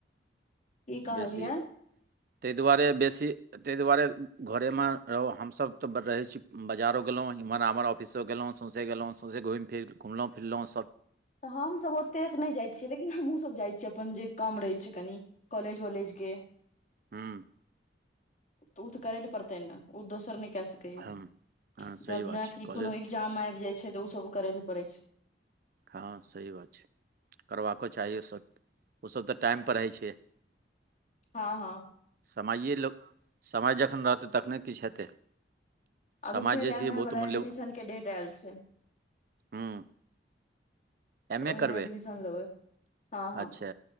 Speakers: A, on the left; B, on the right.
A: की कहलियै
B: बेसी ताहि दुआरे बेसी। ताहि दुआरे घरे मे रहो हमस तऽ रहे छी बाजारो गेलों इम्हर आमहर। अफिसो गेलहुँ साउंसे साउंसे घुमि फिर घुमलहुँ फिरलहुँ।
A: तऽ हमसभ ओतेक नहि जाइ छियै। लेकिन हमहूँ सब जाइ छीयै। अपन जे काम रहै छै कनी। कॉलेज वॉलेज के
B: हू।
A: ओ तऽ करै ले पड़तै ने ओ दोसर नहि क स
B: हूँ हँ सही
A: जबनाकि
B: बात छै कॉलेज
A: कोनो एग्जाम आबि जाइ छै। तऽ ओसभ करै लए पड़ै छै।
B: हँ सही बात छै। करबाको चाही ओसभ ओसभ तऽ टाइमपर रहै छै।
A: हँ हँ।
B: समइए लोक समय जखन रहतै तखने किछु हेतै।
A: अभी
B: समय
A: फेर
B: जे
A: एम
B: छै बहुत
A: ए वालला
B: मूल्य
A: एडमिशन के डेट आयल छै।
B: हूँ एम
A: ओहिमे
B: ए करबै
A: एडमिशन लेबै हँ हँ।
B: अच्छा